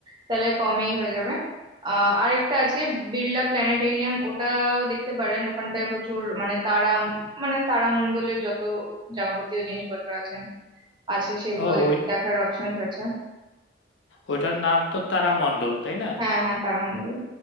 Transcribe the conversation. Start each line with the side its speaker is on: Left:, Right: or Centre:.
Right: তাহলে কমই হয়ে যাবে আহ আরেকটা আছে বিড়লা প্ল্যানেটেরিয়াম ওটাও দেখতে পারেন ওখানটায় প্রচুর মানে তারা মানে তারামণ্ডলের যত যাবতীয় জিনিসপত্র আছে আছে সেগুলো
Left: ও
Right: দেখ-
Left: ওই
Right: দেখার অপশনস আছে
Left: ওইটার নাম তো তারামণ্ডল তাই না
Right: হ্যাঁ হ্যাঁ তারামণ্ডল